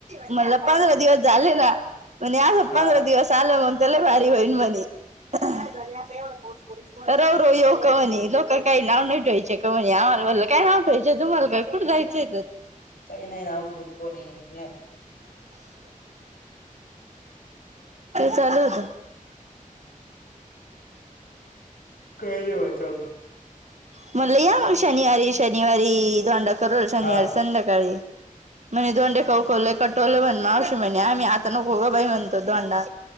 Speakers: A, on the right; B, on the left.
A: म्हण पंधरा दिवस झाले ना म्हणजे आजं
B: हा
A: पंधरा दिवस आलं मग त्याला भारी होईन म्ह झा एवढं कोर्स रव रव येऊ कवनी लोक काही नाव नाही ठेवायचे कवनी आम्हालाला काय नाव ठेवायचं तुम्हाला काय कुठं जायचं
B: काही नाहीय ना आउठवत पो नाहीे
A: चालू होत
B: काय देवा चलते
A: म्हणलं या मग शनिवारी शन शनिवारी धोंडा करू शनिवारी
B: हा
A: संध्याकाळी म्हणे दोंडे खऊ ख कटोलं म्हण म अवशी म्हणे आम्ही आता न खो बाई म्हणतो दोांडा